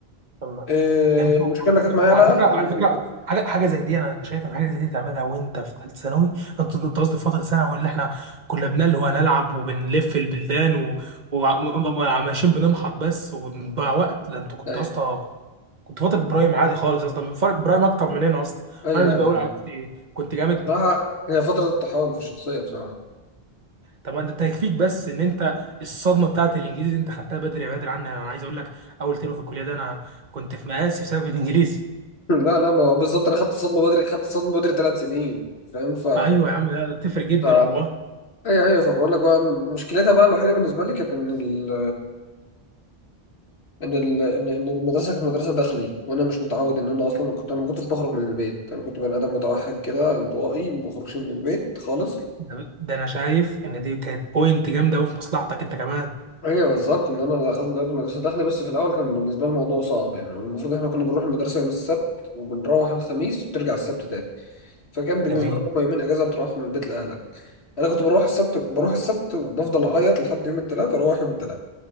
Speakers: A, on the right; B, on the left.
A: طب ما
B: آه،
A: جميل
B: المشكله
A: والله
B: اللي كانت معايا
A: ده
B: بقى
A: على فكره
B: إن
A: على فكره
B: إحنا-
A: حاجه حاجه زي دي انا شايف ان حاجه زي دي تعملها وانت في ثالثه ثانوي انت أنت قصدي في فتره ثانوي اللي احنا كنا بنلهو نلعب وبنلف البلدان و- وع- وماشيين بنمحط بس وبنضيع وقت ده انت كنت
B: ايوه
A: يا اسطى كنت فتره برايم عادي خالص يا اسطى فرق برايم اكتر مننا اصلا
B: ايوه
A: وانا اللي
B: ايوه
A: بقول على
B: أيوة.
A: نفسي كنت جامد
B: بصراحه هي فتره التحول في الشخصيه بصراحه
A: طب ما انت يكفيك بس ان انت الصدمه بتاعت الانجليزي دي انت خدتها بدري يا بدري عني انا عايز اقول لك اول ترم في الكليه ده انا كنت في مقاسي بسبب الانجليزي
B: <laughs> لا لا ما هو بالظبط انا خدت الصدمه بدري خدت الصدمه بدري ثلاث سنين فاهم ف...
A: ايوه يا عم لا ده تفرق جدا
B: ف...
A: والله
B: ايوه ايوه فبقول لك بقى مشكلتها بقى الوحيده بالنسبه لي كانت ان ال ان ال ان إن المدرسه كانت مدرسه داخلي وانا مش متعود ان انا اصلا كنت انا ما كنتش بخرج من البيت انا كنت بني ادم متوحد كده انطوائي ما بخرجش من البيت خالص
A: ده, ده انا شايف ان دي كانت بوينت جامده قوي في مصلحتك انت كمان
B: ايوه بالظبط ان انا دخلت دلوقتي مدرسه داخلي بس في الاول كان بالنسبه لي الموضوع صعب يعني المفروض احنا كنا بنروح المدرسه يوم السبت وبنروح الخميس وبترجع السبت تاني فكان بالنسبه
A: جميل
B: لك هما يومين اجازه بتروحهم من البيت لاهلك انا كنت بروح السبت بروح السبت وبفضل اعيط لحد يوم الثلاث اروح يوم الثلاث